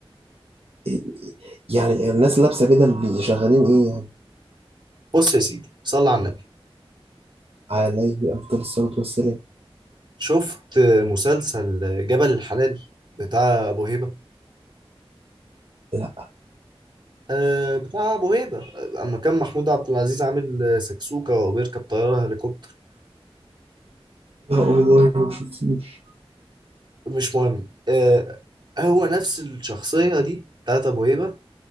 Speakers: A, on the right; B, on the right.
A: إيه- يعني الناس لابسه بدل شغالين ايه يعني
B: بص يا سيدي صلى على النبي
A: عليه افضل الصلاه والسلام
B: شفت مسلسل جبل الحلال بتاع ابو هيبه
A: لا
B: أه بتاع ابو هيبه اما كان محمود عبد العزيز عامل سكسوكه وبيركب طياره هليكوبتر
A: لا والله ما شفتوش
B: مش مهم أه هو نفس الشخصيه دي بتاعت ابو هيبه